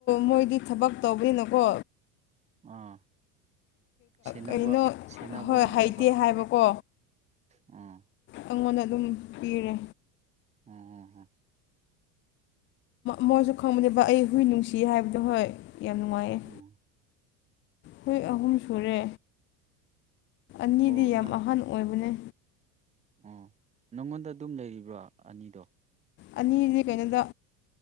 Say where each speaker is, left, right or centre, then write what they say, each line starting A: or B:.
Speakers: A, on the left (about 35°); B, on the right (about 20°).
A: ꯃꯣꯏꯗꯤ ꯊꯕꯛ ꯇꯧꯕꯅꯀꯣ
B: ꯑꯥ ꯁꯦꯟꯅꯕ
A: ꯀꯩꯅꯣ
B: ꯁꯦꯟꯅꯕ
A: ꯍꯣꯏ
B: ꯉꯝꯗꯕ
A: ꯍꯩꯇꯦ ꯍꯥꯏꯕꯀꯣ
B: ꯑꯥ
A: ꯑꯩꯉꯣꯟꯗ ꯑꯗꯨꯝ ꯄꯤꯔꯦ
B: ꯎꯝꯝꯝ
A: ꯃꯣꯏꯁꯨ ꯈꯪꯕꯅꯦꯕ ꯑꯩ ꯍꯨꯏ ꯅꯨꯡꯁꯤ ꯍꯥꯏꯕꯗꯣ ꯍꯣꯏ ꯌꯥꯝ ꯅꯨꯡꯉꯥꯏꯌꯦꯦ
B: ꯎꯝ
A: ꯍꯣꯏ ꯑꯍꯨꯝ ꯁꯨꯔꯦ ꯑꯅꯤꯗꯤ
B: ꯑꯣ
A: ꯌꯥꯝ
B: ꯅꯪ
A: ꯑꯍꯟ ꯑꯣꯏꯕꯅꯦ
B: ꯑꯣ ꯅꯪꯉꯣꯟꯗ ꯑꯗꯨꯝ ꯂꯩꯔꯤꯕ꯭ꯔꯥ ꯑꯅꯤꯗꯣ
A: ꯑꯅꯤꯁꯦ ꯀꯩꯅꯣꯗ